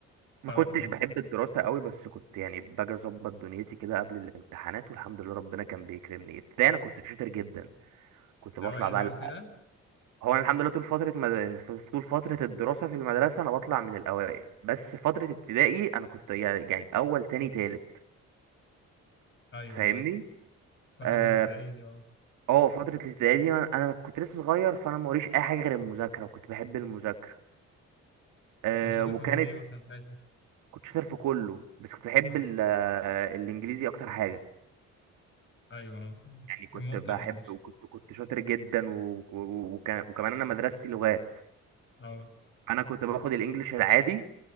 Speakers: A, on the right (about 85°); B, on the left (about 40°).
A: ما
B: اه
A: كنتش
B: اه
A: بحب الدراسه قوي بس كنت يعني باجي اظبط دنيتي كده قبل الامتحانات والحمد لله ربنا كان بيكرمني ابتدائي انا كنت شاطر جدا كنت
B: الاوائل
A: بطلع بقى
B: بقى
A: ال-
B: وكده
A: هو انا الحمد لله طول فتره مد... في- طول فتره الدراسه في المدرسه انا بطلع من الاوائل بس فتره ابتدائي انا كنت يع- يعني اول تاني تالت
B: ايوه
A: فاهمني
B: اه فترة
A: اه
B: الابتدائية دي اه
A: آه، فترة الابتدائي دي انا أنا كنت لسه صغير فانا موريش اي حاجة غير المذاكرة وكنت بحب المذاكرة
B: كنت
A: آه
B: شاطر
A: وكانت
B: في المواد ايه مثلا ساعتها
A: كنت شاطر في كله بس كنت بحب
B: اه
A: ال- آه، الانجليزي اكتر حاجه
B: ايوه اه فعلا
A: يعني كنت
B: كان ممتع
A: بحب
B: الانجليش
A: وكنت كنت شاطر جدا و- و- وك- وكمان انا مدرستي لغات
B: اه
A: انا كنت باخد الانجليش العادي